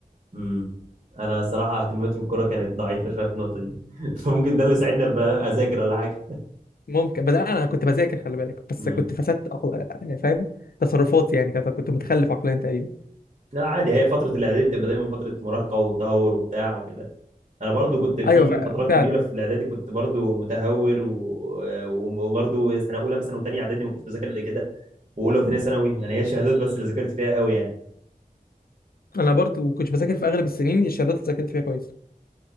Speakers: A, on the right; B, on the left.
A: امم انا صراحه اهتماماتي بالكوره كانت ضعيفه شويه في النقطه دي <laughs> فممكن ده اللي ساعدني ابقى اذاكر ولا حاجه
B: ممكن بس انا كنت بذاكر خلي بالك بس
A: امم
B: كنت فسدت أخ- يعني فاهم تصرفاتي يعني كانت- كنت متخلف عقليا تقريبا
A: لا عادي هي فتره الاعدادي بتبقى دايما فتره مراهقه وتهور وبتاع وكده انا برضو كنت في
B: ايوه ف-
A: فترات
B: فعلا
A: كبيره في الاعدادي كنت برضو متهور و- وبرضو سنه اولى مثلا وثانيه اعدادي ما كنتش بذاكر الا كده واولى وثانيه ثانوي يعني هي الشهادات بس اللي ذاكرت فيها قوي يعني
B: انا برضو كنت بذاكر في اغلب السنين الشهادات اللي ذاكرت فيها كويس